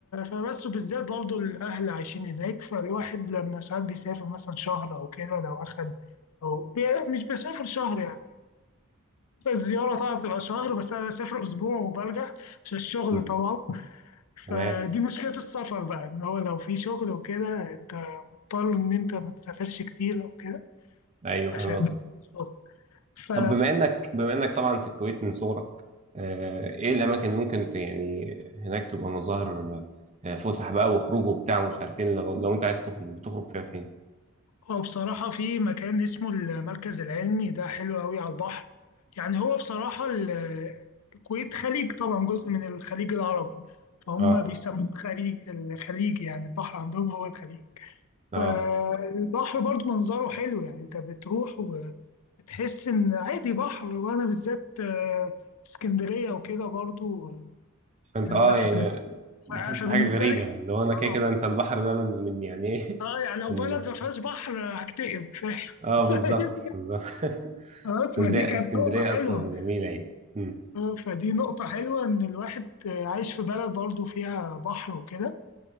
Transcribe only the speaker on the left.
فبس وبالذات برضو الأهل عايشين هناك فالواحد لما ساعات بيسافر مثلا شهر أو كده لو أخد أو بي- مش بسافر شهر يعني الزيارة طبعا بتبقى شهر بس أنا بسافر أسبوع وبرجع عشان الشغل
طبعا
فدي مشكلة السفر بقى إن هو لو في شغل وكده أنت مضطر إن أنت ما تسافرش كتير أو كده
عشان
الشغل ف
هو بصراحة في مكان اسمه المركز العلمي ده حلو قوي على البحر يعني هو بصراحة ال- الكويت خليج طبعا جزء من الخليج العربي فهم
بيسموه الخليج الخليج يعني البحر عندهم هو الخليج
فالبحر برضو منظره حلو يعني انت بتروح وبتحس ان عادي بحر وانا بالذات آه، اسكندرية وكده برضو آه،
دلوقتي
في اسكندرية
ف-
فبالنسبة
لي حلو
اه
اه يعني لو
بلد ما فيهاش بحر هكتئب فاهم
<laughs>
خلاص
فدي كانت
نقطة حلوة
آه، فدي نقطة حلوة إن الواحد آه، عايش في بلد برضه فيها بحر وكده